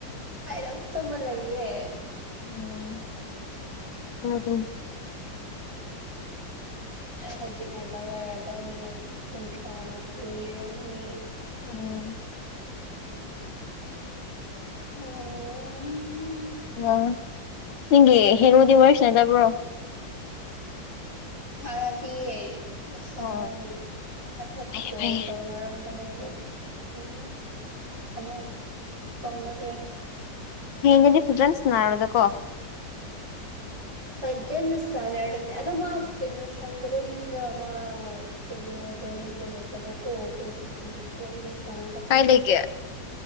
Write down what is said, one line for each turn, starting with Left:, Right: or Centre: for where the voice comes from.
Right: ꯀꯗꯝ ꯇꯨꯝꯃ ꯂꯩꯌꯦ
Left: ꯎꯝ ꯍ ꯑꯗꯨꯝ
Right: ꯑꯩ ꯍꯧꯖꯤꯛ ꯉꯥꯏꯇ ꯂꯩꯔꯒ ꯃꯤꯅꯠ ꯀꯨꯟꯊ꯭ꯔꯥꯃꯨꯛ ꯀꯨꯏꯔꯅꯤ
Left: ꯑ ꯎꯝ
Right: ꯎ
Left: ꯎ ꯅꯪꯒꯤ ꯍꯦꯔꯣꯗꯤ ꯋꯥꯔꯤꯁꯤ ꯅꯗꯕ꯭ꯔꯣ
Right: ꯁꯔꯗꯤ ꯉꯁꯥꯏ
Left: ꯑꯣ
Right: ꯍꯥꯏꯐꯦꯠ
Left: ꯐꯩꯌꯦ
Right: ꯀꯣꯜ
Left: ꯐꯩꯌꯦ
Right: ꯇꯧꯅꯔꯝꯕꯅꯦ ꯑꯣ ꯎꯝ ꯑꯃꯨꯛ ꯇꯧꯅꯗ꯭ꯔꯦ
Left: ꯍꯦꯗꯤ ꯐꯤꯗꯦꯟꯁꯅꯥꯔꯗꯀꯣ
Right: ꯄꯖꯅ ꯁꯅꯔ ꯑꯗꯣ ꯃꯥ ꯀꯩꯅꯣ ꯁꯪꯗꯕꯒꯤꯅꯤꯗ ꯃꯥ ꯀꯩꯅꯣꯗ ꯌꯨꯝꯗ ꯂꯩꯇꯕꯀꯣ ꯑꯗꯨ ꯑꯗꯨꯒꯤ ꯋꯥꯔꯤ ꯁꯥꯟꯅꯗꯕꯅꯤ
Left: ꯀꯥꯏ ꯂꯩꯒꯦ